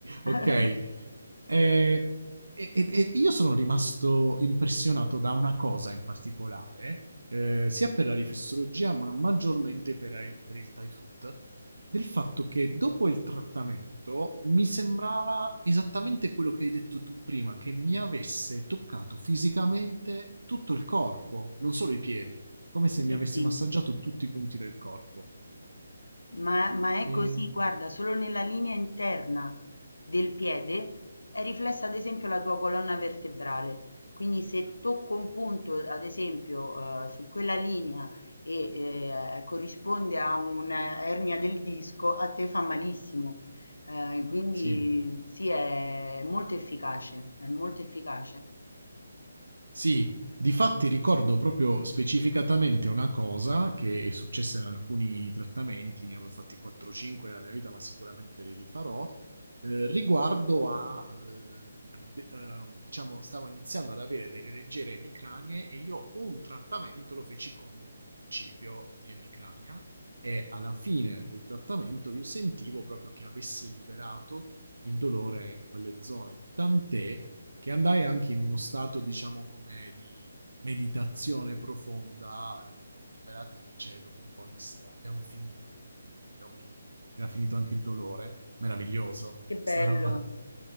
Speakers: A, on the right; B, on the left.
A: ok.
B: <laughs>
A: Eh, e, e- e io sono rimasto impressionato da una cosa in particolare, eh, sia per la riflessologia, ma maggiormente per, il- per il Thai food, del fatto che dopo il trattamento mi sembrava esattamente quello che hai detto tu prima, che mi avesse toccato fisicamente tutto il corpo, non solo i piedi, come se mi
B: Sì,
A: avesse
B: sì,
A: massaggiato tutti i punti del corpo.
B: ma, ma è
A: E...
B: così, guarda, solo nella linea interna del piede è riflessa ad esempio la tua colonna vertebrale. Quindi se tocco un punto, ad esempio, eh, su quella linea e eh, corrisponde a un'ernia del disco, a te fa malissimo. Eh, quindi
A: Sì.
B: sì, è molto efficace, è molto efficace.
A: Sì, difatti ricordo proprio specificatamente una cosa che è successa in alcuni trattamenti, ne avevo fatti 4-5 nella mia vita, ma sicuramente li rifarò, eh, riguardo a, eh, de- eh, diciamo, stavo iniziando ad avere delle leggere emicranie e io un trattamento lo feci con un principio di emicrania e alla fine del trattamento io sentivo proprio che avesse liberato il dolore in quelle zone, tant'è che andai anche in uno stato, diciamo, come di meditazione profonda. eh, l'operatrice, dopo un po', disse: Abbiamo finito. Io mi aprii gli occhi, era finito anche il dolore. Meraviglioso,
B: Che
A: questa
B: bello.
A: roba. <laughs>